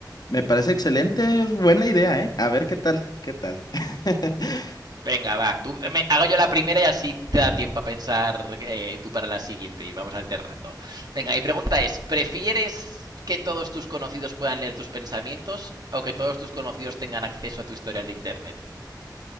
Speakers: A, on the left; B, on the right.
A: Me parece excelente, es buena idea, ¿eh? A ver qué tal, qué tal. <laughs>
B: Venga, va. Tú, me- hago yo la primera y así te da tiempo a pensar eh, tú para la siguiente y vamos alternando. Venga, mi pregunta es, ¿prefieres que todos tus conocidos puedan leer tus pensamientos o que todos tus conocidos tengan acceso a tu historial de internet?